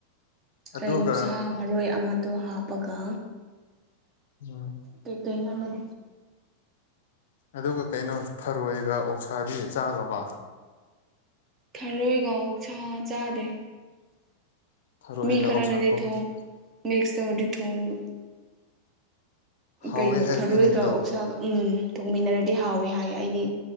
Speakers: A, on the left; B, on the right.
A: ꯑꯗꯨꯒ
B: ꯀꯩꯅꯣ ꯁꯥ ꯃꯔꯣꯏ ꯑꯃꯗꯣ ꯍꯥꯞꯄꯒ
A: ꯎꯝ
B: ꯀꯩ ꯀꯩꯅꯣ ꯂꯩ
A: ꯑꯗꯨꯒ ꯀꯩꯅꯣ ꯊꯔꯣꯏꯒ ꯑꯣꯛꯁꯥꯗꯤ ꯆꯥꯈ꯭ꯔꯕ
B: ꯊꯔꯣꯏꯒ ꯑꯣꯛ ꯁꯥꯥ ꯆꯥꯗꯦ
A: ꯊꯔꯣꯏꯒ
B: ꯃꯤ ꯈꯔ
A: ꯑꯣꯛꯁꯥ
B: ꯅꯗꯤ
A: ꯊꯣꯡꯕꯁꯨ
B: ꯊꯣꯉ ꯃꯤꯛ ꯇꯔꯗꯤ ꯊꯣꯉ
A: ꯍꯥꯎꯋꯦ
B: ꯀꯩꯅꯣ
A: ꯍꯥꯏꯕꯅꯤꯅꯦ
B: ꯊꯔꯣꯏꯒ
A: ꯑꯗꯣ
B: ꯑꯣꯛꯁꯥꯒ ꯎꯝ ꯇꯣꯡꯃꯤꯟꯅꯔꯗꯤ ꯍꯥꯎꯋꯏ ꯍꯥꯏꯌꯦ ꯑꯩꯗꯤ